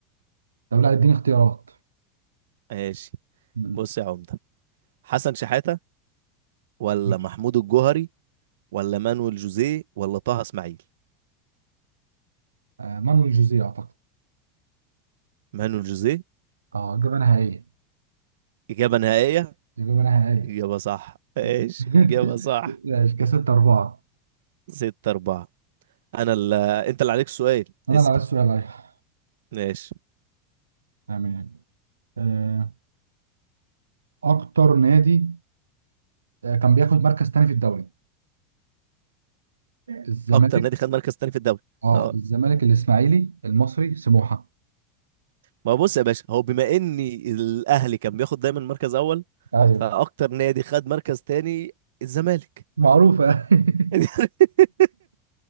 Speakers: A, on the right (about 85°); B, on the right (about 70°).
A: طب لا اديني اختيارات
B: ماشي
A: مم.
B: بص يا عمده حسن شحاته ولا
A: ماشي
B: محمود الجوهري ولا مانويل جوزيه ولا طه اسماعيل
A: آه، مانويل جوزيه أعتقد
B: مانويل جوزيه
A: اه اجابه نهائيه
B: اجابه نهائيه
A: تجيب انا نهائية
B: اجابه صح ماشي
A: <laughs>
B: اجابه صح
A: ماشي كده ستة أربعة
B: 6 4 انا ال... انت اللي عليك السؤال
A: أنا
B: اسال
A: اللي عايز سؤال أيوة
B: ماشي
A: تمام آه، أكتر نادي آه، كان بياخد مركز تاني في الدوري الزمالك
B: اكتر نادي خد مركز تاني في الدوري
A: أه
B: اه
A: الزمالك الإسماعيلي المصري سموحة
B: ما هو بص يا باشا هو بما اني الاهلي كان بياخد دايما مركز اول
A: أيوه
B: فاكتر نادي خد مركز تاني الزمالك
A: معروفة <laughs>
B: <laughs>